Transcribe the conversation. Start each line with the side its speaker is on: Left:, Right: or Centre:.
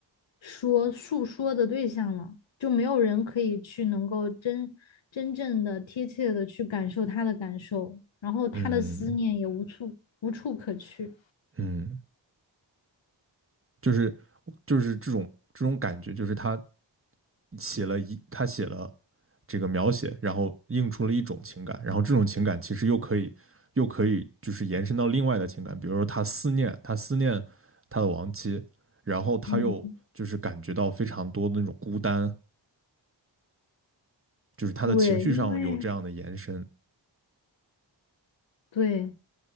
Left: 说诉说的对象了，就没有人可以去能够真真正的贴切的去感受他的感受，然后他的思念也无处无处可去。
Right: 嗯嗯，就是就是这种这种感觉，就是他写了一他写了这个描写，然后映出了一种情感，然后这种情感其实又可以又可以就是延伸到另外的情感，比如说他思念他思念他的亡妻，然后他又就是感觉到非常多的那种孤单，
Left: 嗯，
Right: 就是他的情绪上有这样的延伸，
Left: 对，因为对，